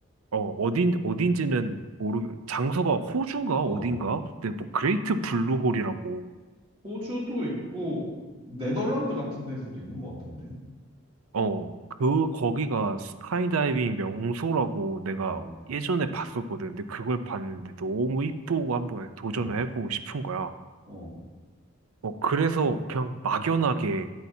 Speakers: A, on the right (about 85°); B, on the right (about 25°).
A: 어, 어딘, 어딘지는 모르, 장소가 호주인가?
B: 어,
A: 어딘가? 근데 뭐, 그레이트 블루홀이라고
B: 호주도 있고, 네덜란드 같은 데서도 있는 것 같던데?
A: 어, 그, 거기가 스카이다이빙 명소라고 내가
B: 어,
A: 예전에 봤었거든. 근데 그걸 봤는데 너무 이쁘고 한번 도전을
B: 어,
A: 해보고 싶은 거야.
B: 어,
A: 어, 그래서 그냥 막연하게,